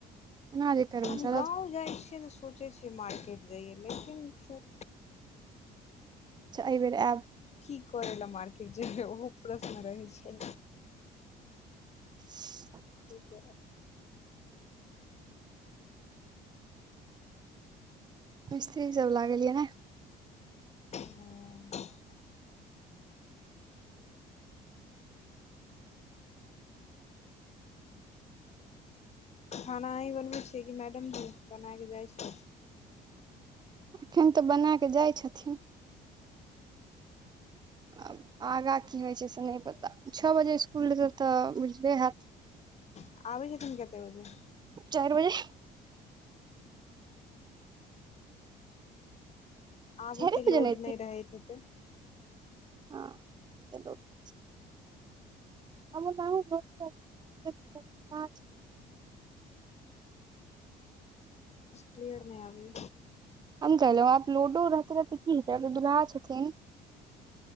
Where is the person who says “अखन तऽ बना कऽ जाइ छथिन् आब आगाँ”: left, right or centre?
Right